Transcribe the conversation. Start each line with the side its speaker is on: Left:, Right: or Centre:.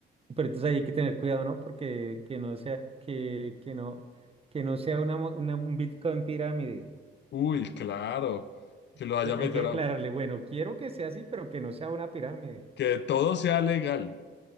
Right: Pero entonces ahí hay que tener cuidado, ¿no? Porque que no sea, que, que no, que no sea una, mo- una- un Bitcoin pirámide.
Left: uy, claro, que lo
Right: Entonces,
Left: haya metido
Right: hay que aclararle, bueno, quiero que sea así, pero que no sea una pirámide.
Left: que todo sea legal.